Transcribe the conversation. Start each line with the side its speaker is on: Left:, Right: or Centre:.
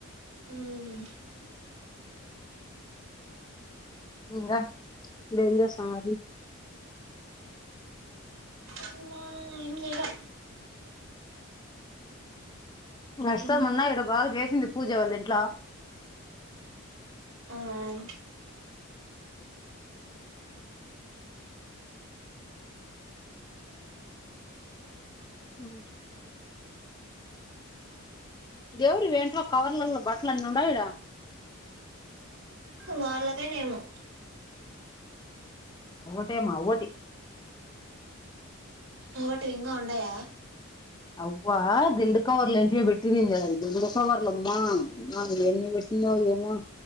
Right: ఏమని
Left: ఇంగ మీ ఊర్లో సంగతి
Right: అమ్మా ఏం చేయ్లా
Left: వర్షం
Right: ఏం
Left: మొన్న ఈడ బాగ జేసింది పూజ వాలింట్లా
Right: అవునా
Left: ఉ దేవుడివి ఏంటో కవర్లలో బట్లన్నీ ఉండయిడ
Right: వాళ్ళవేనేమో
Left: ఓగటేన ఒగటి
Right: ఏటి ఇంగ ఉండాయ
Left: అవ్వా దిండు కవర్లు ఇంటి పెట్టినంది దిండు కవర్లమ్మా ఏన్ని పెట్టిన ఏమో